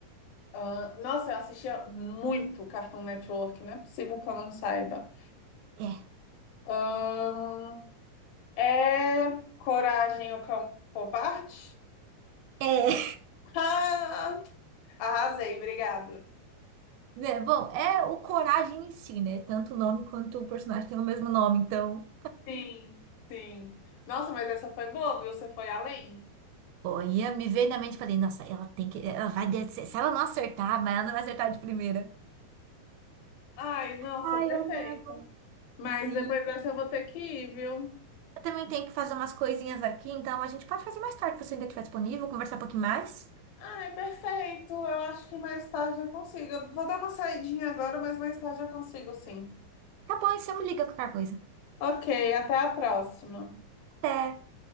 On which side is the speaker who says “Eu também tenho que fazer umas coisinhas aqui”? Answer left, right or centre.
Right